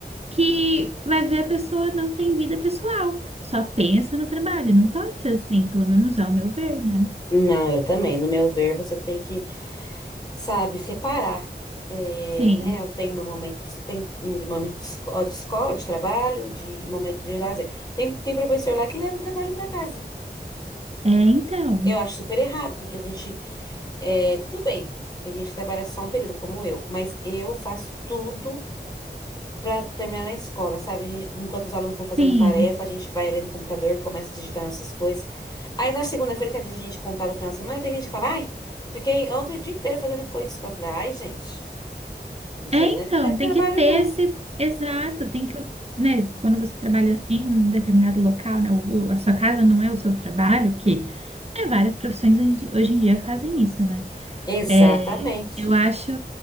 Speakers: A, on the right; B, on the left.
A: que vai ver a pessoa não tem vida pessoal, só pensa no trabalho. Não pode ser assim, pelo menos ao meu ver, né?
B: Não, eu também. No meu ver, você tem que sabe, separar. É,
A: Sim.
B: né, eu tenho meu momento de, tem, um de momento de, esco- de escola, de trabalho, de momento de lazer. Tem, tem professor lá que leva o trabalho para casa.
A: É, então.
B: Eu acho super errado, porque a gente. É, tudo bem, tem gente que trabalha só um período, como eu, mas eu faço tudo para terminar na escola, sabe? A gente- Enquanto os alunos estão fazendo
A: Sim.
B: tarefa, a gente vai ali no computador, começa a digitar nossas coisas. Aí na segunda-feira, que é dia de a gente contar no final de semana, tem gente que fala: ai, fiquei ontem o dia inteiro fazendo coisa de escola. Eu falei: ai, gente. Isso
A: É,
B: aí
A: então,
B: não é vida de trabalho,
A: tem que ter
B: não.
A: esse, exato, tem que, né, quando você trabalha em um determinado local, né, o- o- a sua casa não é o seu trabalho, que, né, várias profissões hoje hoje em dia fazem isso, né?
B: Exatamente.
A: É, eu acho,